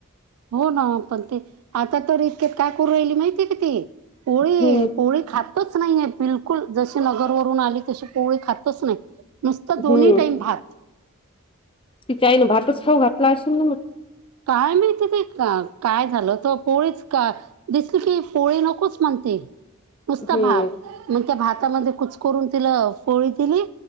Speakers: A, on the right (about 85°); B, on the left (about 25°).
A: हो ना, पण ते आता तर इतक्यात काय करू राहिली माहितीय का ती? पोळी,
B: हम्म
A: पोळी खात तच नाहीय बिलकुल जशी नगरवररून आली तशी पोळी खातच नाही. नुसतां दोन्ही
B: हम्म
A: टाईम भात.
B: तिच्या आईन भातच खाऊ घातला असेल ना मग.
A: काय माहित तेे का-काय झालं होतं पोळीच खा दिसली की पोळी नकोच म्हणती. नुसता
B: हम्म
A: भात, मग त्या भातामध्ये कुचकरून तिला पोळी दिली.